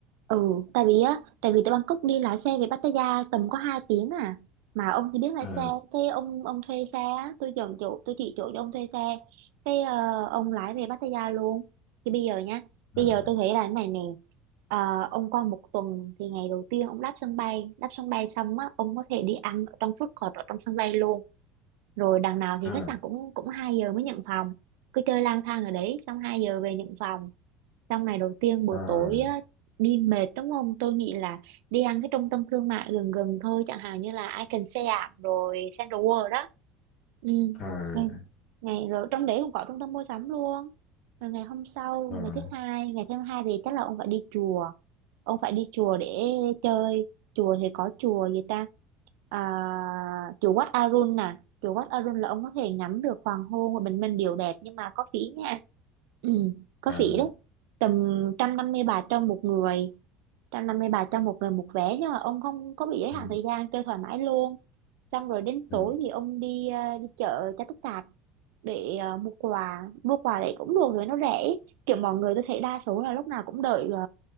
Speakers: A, on the right; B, on the left.
A: Ừ, tại vì á, tại vì từ Bangkok đi lái xe về Pattaya tầm có 2 tiếng à. Mà ông thì biết lái
B: à,
A: xe, cái ông ông thuê xe á, tôi chọn chỗ, tôi chỉ chỗ cho ông thuê xe. cái ờ, ông lái về Pattaya luôn. Thì bây giờ nhá, bây
B: à,
A: giờ tôi thấy là thế này nè. Ờ, ông qua một tuần thì ngày đầu tiên ông đáp sân bay, đáp sân bay xong á, ông có thể đi ăn ở trong food court ở trong sân bay luôn. Rồi đằng nào thì
B: à,
A: khách sạn cũng cũng 2 giờ mới nhận phòng. Cứ chơi lang thang ở đấy xong 2 giờ về nhận phòng. Xong ngày đầu tiên buổi
B: à,
A: tối á, đi mệt đúng không? Tôi nghĩ là đi ăn cái trung tâm thương mại gần gần thôi, chẳng hạn như là Icon Siam rồi Central World đó ừ
B: à,
A: ngày ngày rồi trong đấy cũng có trung tâm mua sắm luôn rồi ngày hôm sau
B: à,
A: ngày thứ hai ngày thứ hai thì chắc là ông phải đi chùa ông phải đi chùa để chơi chùa thì có chùa gì ta à, chùa Wat Arun nè chùa Wat Arun là ông có thể ngắm được hoàng hôn và bình minh đều đẹp nhưng mà có phí nha ừ, có
B: à,
A: phí đấy tầm trăm năm mươi baht cho một người trăm năm mươi bài cho một người một vé nhưng mà ông không có bị giới hạn
B: à,
A: thời gian chơi thoải mái luôn xong rồi đến
B: à,
A: tối thì ông đi ờ, đi chợ cho tất cả để ờ, mua quà mua quà đấy cũng được rồi nó rẻ kiểu mọi người tôi thấy đa số là lúc nào cũng đợi ờ,